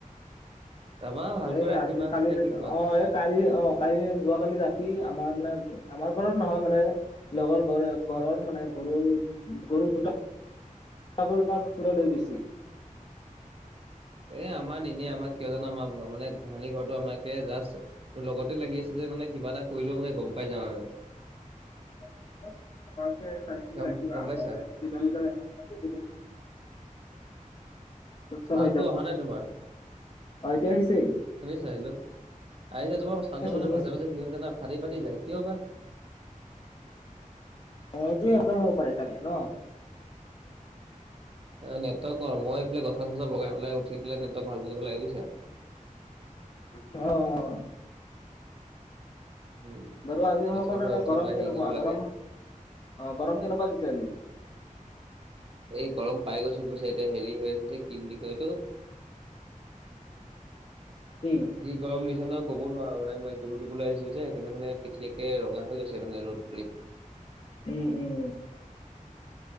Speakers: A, on the right; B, on the left.
A: তাৰপা ভালকৈ
B: এই
A: ৰাখিবা
B: আজি কালি
A: নে
B: ৰাতি
A: কি কোৱা
B: অ', এক কালি অ', কালি যোৱা কালি ৰাতি আমাৰ মানে আমাৰ ঘৰত নহয় মানে লগৰ ঘৰ ঘৰৰ মানে গৰু গৰু দুটা <unintelligible> চুৰে লৈ গৈছি
A: এ, আমাৰ নিনিয়ে আমা কিয় জানা আমা <unintelligible> মানে গোহালি ঘৰটো আমা একে জাষ্ট লগতে লাগি আছে যে মানে কিবা এটা কৰিলেও মানে গম পাই যাওঁ আৰু।
B: <unintelligible> চাই চিটি
A: গম
B: ৰাখিবা
A: গম পাইছা
B: নহ'লে <unintelligible> লোকচান
A: চাউণ্ডটো
B: হৈ যাব
A: অহা
B: অ',
A: নাই তোমাৰ
B: এতিয়া আহিছে
A: শুনিছা হেল্লো আহিছে তোমাৰ চাউনটো
B: শুনিছো
A: মানে
B: শুনিছো
A: মাজে মাজে সি হৈ জানা ফাটি ফাটি যায় কিয়বা
B: অ', সেইটোয়ে একদম হ'ব পাৰে চাগে ন
A: এ, নেটৱৰ্কৰ মই এইফালে গছ চছৰ বগাই পেলাই উঠি পেলাই নেটৱৰ্ক ভাল কৰিব লাগে বুইছা
B: অ', অ'।
A: উম,
B: ধৰ আজি
A: গছত
B: মই <unintelligible>
A: ধৰ উঠি
B: গৰম
A: পেলাই
B: কেনেকুৱা
A: হেৰি কৰিব লাগে।
B: গৰম অ', গৰম কেনেকুৱা দিছে আজি
A: এই গৰম পাই গৈছোঁ বুইছা এতিয়া হেৰি হৈ আছে যে কি বুলি কয় এইটো
B: কি
A: যি গৰম দিছে ন ক'ব নোৱাৰো মানে মই গৰু দিবলৈ আহিছোঁ যে সেইকাৰণে মানে পিঠি একে ৰঙা হৈ গৈছে মানে ৰ'দ পৰি।
B: উম উম।